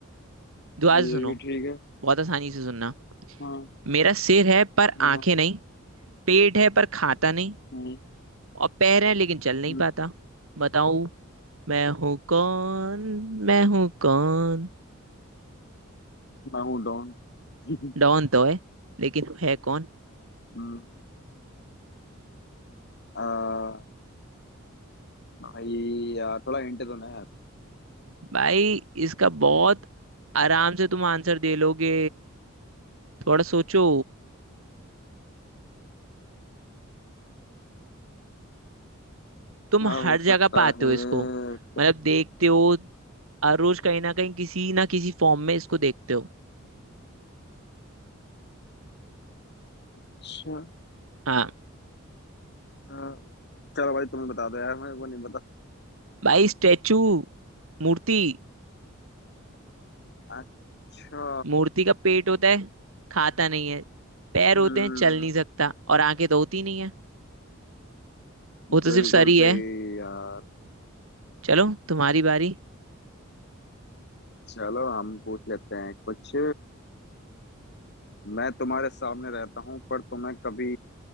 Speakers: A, on the right (about 80°); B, on the left (about 55°).
A: दोबारा
B: ये
A: से सुनो
B: भी ठीक है
A: बहुत आसानी से सुनना
B: हाँ
A: मेरा सिर है पर
B: हाँ
A: आंखें
B: हाँ,
A: नहीं पेट है पर खाता नहीं
B: हम्म
A: और पैर है लेकिन चल नहीं
B: हम्म,
A: पाता बताओ मैं हूँ कौन मैं हूँ कौन
B: मैं हूँ डॉन <laughs>
A: डॉन तो है लेकिन है कौन
B: हम्म, आ, भाई यार थोड़ा हिंट तो नहीं है आ,
A: भाई इसका बहुत आराम से तुम आंसर दे लोगे थोड़ा सोचो तुम
B: क्या
A: हर
B: हो
A: जगह
B: सकता
A: पाते
B: है
A: हो इसको
B: तो
A: मतलब देखते हो हर रोज कहीं ना कहीं किसी ना किसी फॉर्म में इसको देखते हो
B: अच्छा
A: हाँ
B: आ, चलो भाई तुम्हें बता दो यार मेरे को नहीं
A: भाई स्टेचू मूर्ति
B: अच्छा
A: मूर्ति का पेट होता है खाता नहीं है पैर होते
B: हम्म
A: हैं चल नहीं सकता और आंखें तो होती नहीं है वो तो
B: बिल्कुल
A: सिर्फ सर ही है
B: सही यार
A: चलो तुम्हारी बारी
B: चलो हम पूछ लेते हैं कुछ मैं तुम्हारे सामने रहता हूँ पर तुम्हें कभी